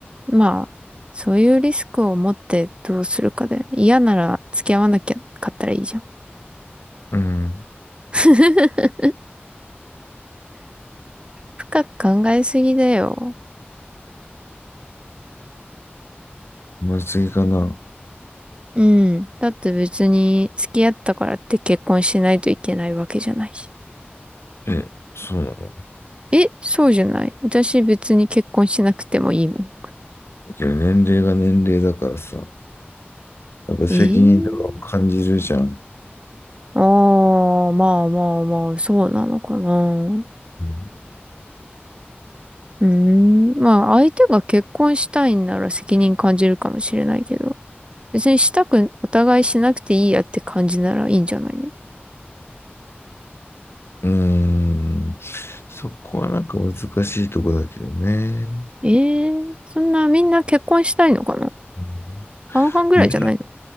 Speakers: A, on the right; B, on the left.
A: まあ、そういうリスクを持ってどうするかで、嫌なら付き合わなきゃかったらいいじゃん。
B: うん。
A: <laughs> 深く考えすぎだよ。
B: 思い過ぎかな。
A: うん。だって別に付き合ったからって結婚しないといけないわけじゃないし。
B: え、そうなの。
A: え、そうじゃない。私別に結婚しなくてもいいもん。
B: けど年齢が年齢だからさ、やっぱ責任とかを感じるじゃん。
A: ええああ、まあまあまあ、そうなのかな。う
B: うん。
A: ーん。まあ、相手が結婚したいんなら責任感じるかもしれないけど、別にしたく、お互いしなくていいやって感じならいいんじゃないの
B: うーん。そこはなんか難しいとこだけどね。
A: ええー、そんなみんな結婚したいのかな
B: うん
A: 半々ぐらいじゃないの
B: いや、